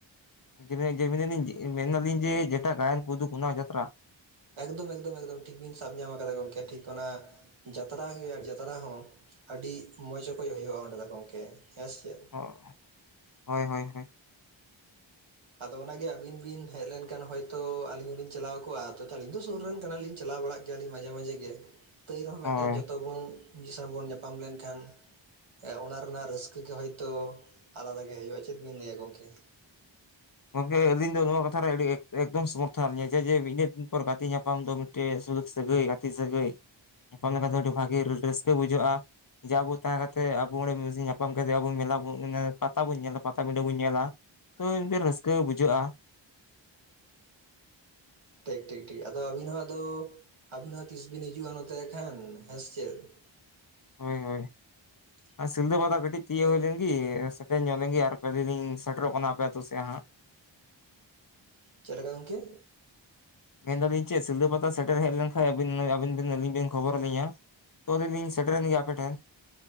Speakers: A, on the left (about 45°); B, on the right (about 85°).
A: ᱡᱮ ᱡᱮ ᱢᱮᱱᱫᱟᱞᱤᱧ ᱡᱮ ᱡᱮᱴᱟ ᱜᱟᱭᱟᱱ ᱠᱚ ᱩᱫᱩᱜᱟ ᱚᱱᱟ ᱡᱟᱛᱨᱟ
B: ᱮᱠᱫᱚᱢ ᱮᱠᱫᱚᱢ ᱮᱠᱫᱚᱢ ᱴᱷᱤᱠ ᱵᱤᱱ ᱥᱟᱵ ᱧᱟᱢ ᱟᱠᱟᱫᱟ ᱜᱚᱢᱠᱮ ᱴᱷᱤᱠ ᱚᱱᱟ ᱡᱟᱛᱨᱟ ᱜᱮ ᱟᱨ ᱡᱟᱛᱨᱟ ᱦᱚᱸ ᱾ ᱟᱹᱰᱤ ᱢᱚᱡᱽ ᱚᱠᱚᱡ ᱦᱩᱭᱩᱜᱼᱟ ᱚᱸᱰᱮ ᱫᱚ ᱜᱚᱢᱠᱮ ᱦᱮᱸ ᱥᱮ ᱪᱮᱫ?
A: ᱦᱚᱭ ᱦᱚᱭ ᱦᱚᱭ ᱾
B: ᱟᱫᱚ ᱚᱱᱟᱜᱮ ᱟᱹᱵᱤᱱ ᱵᱤᱱ ᱦᱮᱡ ᱞᱮᱱᱠᱷᱟᱱ ᱦᱚᱭᱛᱳ ᱟᱞᱤᱧ ᱦᱚᱞᱤᱧ ᱪᱟᱞᱟᱣ ᱠᱚᱜᱼᱟ᱾ ᱟᱹᱞᱤᱧ ᱫᱚ ᱥᱩᱨ ᱨᱮᱱ ᱠᱟᱱᱟᱞᱤᱧ ᱪᱟᱞᱟᱣ ᱵᱟᱲᱟᱜ ᱜᱮ ᱾ ᱭᱟᱞᱤᱧ ᱢᱟᱡᱷᱮ ᱢᱟᱡᱷᱮ ᱜᱮ ᱛᱟᱹᱭ ᱨᱮᱦᱚᱸ ᱢᱤᱫᱴᱮᱱ
A: ᱦᱳᱭ
B: ᱡᱚᱛᱚ ᱵᱚᱱ ᱢᱤᱫ ᱥᱟᱶ ᱵᱚᱱ ᱧᱟᱯᱟᱢ ᱞᱮᱱᱠᱷᱟᱱ ᱦᱮ ᱚᱱᱟ ᱨᱮᱱᱟᱜ ᱨᱟᱹᱥᱠᱟᱹ ᱜᱮ ᱦᱚᱭᱛᱚ ᱟᱞᱟᱫᱟ ᱜᱮ ᱦᱩᱭᱩᱜᱼᱟ ᱪᱮᱫ ᱵᱤᱱ ᱞᱟᱹᱭᱟ ᱜᱚᱢᱠᱮ ᱾
A: ᱜᱚᱢᱠᱮ ᱟᱹᱞᱤᱧ ᱫᱚ ᱱᱚᱣᱟ ᱠᱟᱛᱷᱟ ᱨᱮ ᱟᱹᱰᱤ ᱮᱠᱫᱚᱢ ᱥᱚᱢᱚᱨᱛᱷᱚ ᱢᱮᱱᱟᱜ ᱞᱤᱧᱟ ᱡᱮ ᱩᱱᱟᱹᱜ ᱫᱤᱱ ᱯᱚᱨ ᱜᱟᱛᱮ ᱧᱟᱯᱟᱢ ᱫᱚ ᱢᱤᱫ ᱥᱩᱞᱩᱠ ᱥᱟᱹᱜᱟᱹᱭ ᱜᱟᱛᱮ ᱥᱟᱹᱜᱟᱹᱭ ᱧᱟᱯᱟᱢ ᱞᱮᱱᱠᱷᱟᱱ ᱫᱚ ᱟᱹᱰᱤ ᱵᱷᱟᱹᱜᱤ ᱨᱟᱹᱥᱠᱟᱹ ᱵᱩᱡᱷᱟᱹᱜᱼᱟ ᱾ ᱡᱟ ᱟᱵᱚ ᱛᱟᱦᱮᱸ ᱠᱟᱛᱮ ᱟᱵᱚ ᱚᱸᱰᱮ ᱢᱤᱫ ᱧᱟᱯᱟᱢ ᱠᱟᱛᱮᱫ ᱟᱵᱚ ᱢᱮᱞᱟ ᱵᱚᱱ ᱯᱟᱛᱟ ᱵᱚᱱ ᱧᱮᱞᱟ ᱯᱟᱴᱟᱵᱤᱸᱰᱟᱹ ᱵᱚᱱ ᱧᱮᱞᱟ ᱺ ᱛᱚ ᱢᱤᱫᱵᱮᱱ ᱨᱟᱹᱥᱠᱟᱹ ᱵᱩᱡᱷᱟᱹᱜᱼᱟ᱾
B: ᱴᱷᱤᱠ ᱴᱷᱤᱠ ᱴᱷᱤᱠ ᱟᱫᱚ ᱟᱹᱵᱤᱱ ᱦᱚᱸ ᱟᱫᱚ ᱟᱹᱵᱤᱱ ᱦᱚᱸ ᱛᱤᱥ ᱵᱤᱱ ᱦᱤᱡᱩᱜᱼᱟ ᱱᱚᱛᱮ ᱮᱱᱠᱷᱟᱱ ᱦᱮᱸ ᱥᱮ ᱪᱮᱫ? <inaudible>
A: ᱦᱳᱭ ᱦᱳᱭ ᱥᱤᱞᱫᱟᱹ ᱯᱟᱛᱟ ᱠᱟᱹᱴᱤᱡ ᱛᱤᱭᱟᱹᱜ ᱦᱩᱭ ᱞᱮᱱᱜᱮ ᱥᱮᱴᱮᱨ ᱧᱚᱜ ᱞᱮᱱᱜᱮ ᱟᱨ ᱛᱚᱵᱮ ᱞᱤᱧ ᱥᱮᱴᱮᱨᱚᱜ ᱠᱟᱱᱟ ᱟᱯᱮ ᱟᱛᱳ ᱥᱮᱫ ᱦᱟᱸᱜ ᱾
B: ᱪᱮᱫ ᱞᱮᱠᱟ ᱜᱚᱢᱚᱠᱮ?
A: ᱢᱮᱱᱫᱟᱞᱤᱧ ᱪᱮᱫ ᱥᱤᱞᱫᱟᱹ ᱯᱟᱛᱟ ᱥᱮᱴᱮᱨ ᱦᱮᱡ ᱞᱮᱱᱠᱷᱟᱱ ᱟᱹᱵᱤᱱᱵᱤᱱ ᱟᱹᱞᱤᱧ ᱵᱤᱱ ᱠᱷᱚᱵᱚᱨ ᱟᱹᱞᱤᱧᱟ᱾ ᱛᱚ ᱟᱞᱤᱧ ᱞᱤᱧ ᱥᱮᱴᱮᱨ ᱞᱮᱱ ᱜᱮ ᱟᱯᱮᱴᱷᱮᱱ ᱾